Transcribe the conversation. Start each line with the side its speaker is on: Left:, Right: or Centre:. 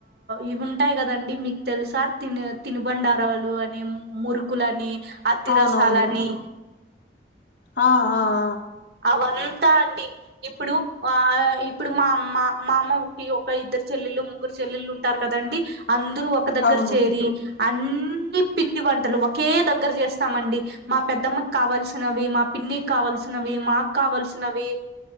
Right: ఇవి ఉంటయి కదా అండీ మీకు తెలుసా తినే తినుబండారాలు అని మ్ మురుకు కులని అత్తిరసాలని
Left: అవునవును ఆ ఆ ఆ
Right: అవంతా అండి ఇప్పుడు వ ఆ ఇప్పుడు మా అమ్మ మా అమ్మ ఒకె ఒక ఇద్దరు చెల్లెలు ముగ్గురు చెల్లెళ్ళు ఉంటరు కదండి అందరు ఒక దగ్గర
Left: అవును
Right: చేరి అన్నీ పిండి వంటలు ఒకే దగ్గర చేస్తాము అండీ మా పెద్దమ్మకి కావల్సినవి మా పిన్నికి కావల్సిన నవి మాకు కావాల్సినవి